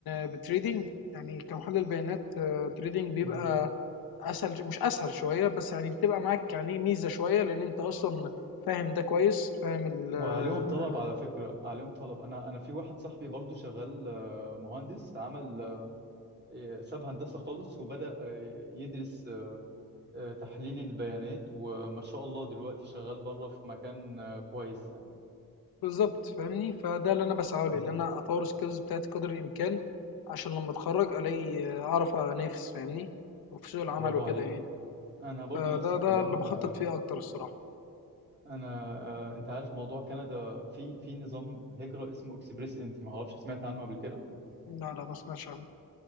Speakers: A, on the left; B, on the right.
A: بالتريدينج يعني كمحلل بيانات آه، تريدينج بيبقى
B: عليك
A: اسهل مش اسهل شويه بس يعني بتبقى معاك يعني ميزه شويه لان انت اصلا فاهم ده كويس فاهم ال-
B: وعليهم
A: آه،
B: طلب على فكرة عليهم طلب أنا أنا في واحد صاحبي برضو شغال آه، مهندس عمل آه، ساب هندسة خالص وبدأ آه، يدرس آه، آه، تحليل البيانات وما شاء الله دلوقتي شغال بره في مكان آه، كويس يعني
A: بالظبط فاهمني فده اللي انا بسعى له
B: مم.
A: ان انا اطور السكيلز بتاعتي قدر الامكان عشان لما اتخرج الاقي اعرف انافس فاهمني وفي سوق العمل
B: برافو
A: وكده
B: عليك
A: يعني
B: أنا برضو
A: فده
B: نفس الكلام
A: ده اللي بخطط
B: آه،
A: فيه اكتر الصراحه
B: أنا آه، أنت عارف موضوع كندا في في نظام هجرة اسمه اكسبريس انتري ما أعرفش سمعت عنه قبل كده
A: لا لا ما سمعتش عنه